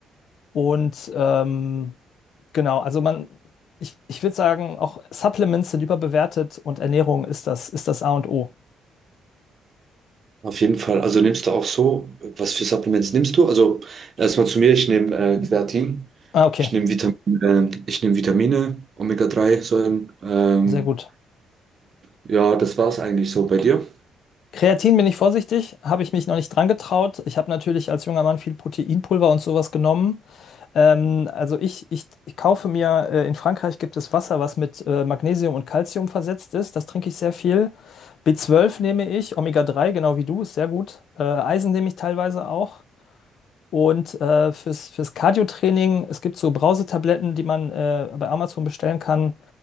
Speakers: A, on the left; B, on the right.
A: und ähm, genau, also man, ich, ich würde sagen, auch Supplements sind überbewertet und Ernährung ist das, ist das A und O.
B: Auf jeden Fall. Also nimmst du auch so, was für Supplements nimmst du? Also erstmal zu mir, ich nehme äh, Kreatin,
A: Ah, okay,
B: ich nehme Vitamin, äh, ich nehme Vitamine, Omega-3-Säuren. Ähm,
A: sehr gut.
B: ja, das war es eigentlich so bei dir.
A: Kreatin bin ich vorsichtig, habe ich mich noch nicht dran getraut. Ich habe natürlich als junger Mann viel Proteinpulver und sowas genommen. Ähm, also ich, ich, ich kaufe mir, äh, in Frankreich gibt es Wasser, was mit äh, Magnesium und Calcium versetzt ist. Das trinke ich sehr viel. B12 nehme ich, Omega-3, genau wie du, ist sehr gut. Äh, Eisen nehme ich teilweise auch. Und äh, fürs, fürs Cardio-Training, es gibt so Brausetabletten, die man äh, bei Amazon bestellen kann,